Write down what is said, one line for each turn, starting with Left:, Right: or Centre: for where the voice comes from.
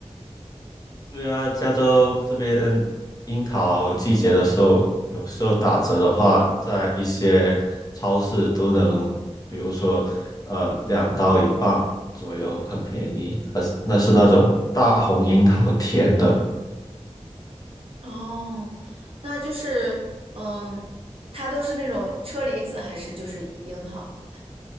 Left: <laughs> 对啊，加州这边嗯樱桃季节的时候，有时候打折的话，在一些超市都能，比如说呃两刀一磅左右，很便宜。而是那是那种大红樱桃，甜的，
Right: 哦，那就是，嗯，它都是那种车厘子还是就是樱桃？